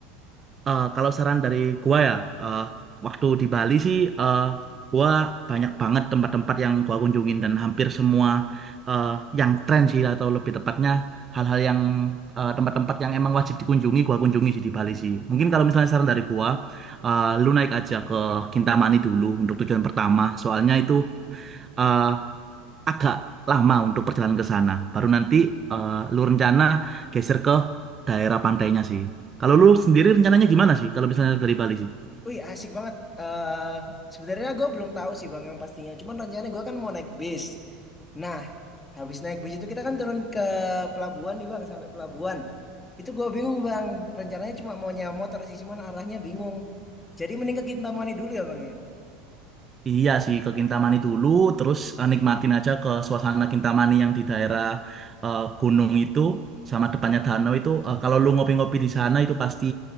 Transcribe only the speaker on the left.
Wih, asik banget. eh sebenarnya gue belum tahu sih Bang yang pastinya. Cuman rencananya gue kan mau naik bis. Nah, habis naik bis itu kita kan turun ke pelabuhan nih Bang, sampai pelabuhan. Itu gue bingung Bang. Rencananya cuma mau nyewa motor sih, cuman arahnya bingung. Jadi mending ke Kintamani dulu ya Bang ya.